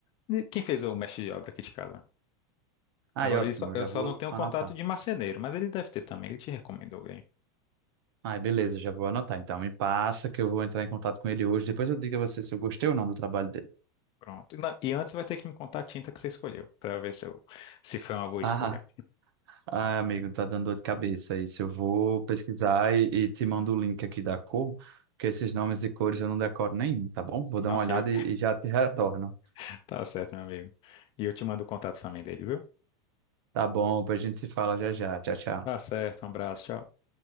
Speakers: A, on the left (about 40°); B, on the right (about 65°).
A: de quem fez o mestre de obra aqui de casa.
B: ai
A: Agora
B: ótimo,
A: ele só-
B: eu
A: eu
B: já
A: só
B: vou
A: não tenho
B: anotar.
A: contato de marceneiro, mas ele deve ter também. Ele te recomendou alguém.
B: ai beleza, já vou anotar. Então, me passa que eu vou entrar em contato com ele hoje. Depois eu digo a você se eu gostei ou não do trabalho dele.
A: Pronto. E na- e antes vai ter que me contar a tinta que você escolheu, para ver se, eu, se foi uma boa
B: Ah,
A: escolha.
B: ah, amigo, tá dando dor de cabeça isso. Eu vou pesquisar e, e te mando o link aqui da cor, porque esses nomes de cores eu não decoro nenhum, tá bom? Vou dar
A: Nossa,
B: uma olhada
A: e eu,
B: e, e já te retorno.
A: <laughs> tá certo, meu amigo. E eu te mando o contato também dele, viu?
B: Tá bom, depois a gente se fala já já. Tchau, tchau.
A: Tá certo, um abraço, tchau.